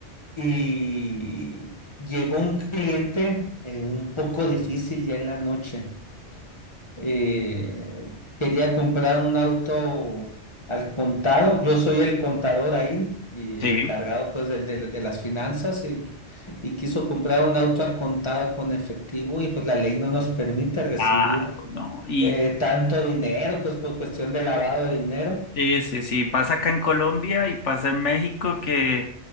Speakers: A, on the left; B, on the left.
A: y llegó un cliente eh, un poco difícil ya en la noche. Eh, quería comprar un auto al contado. Yo soy el contador ahí y
B: Sí.
A: el encargado pues del- del- de, las finanzas y, y quiso comprar un auto al contado con efectivo y pues la ley no nos permite recibir
B: Claro, no. Y,
A: eh, tanto dinero pues por cuestión de lavado de dinero.
B: Sí, sí, sí, pasa acá en Colombia y pasa en México que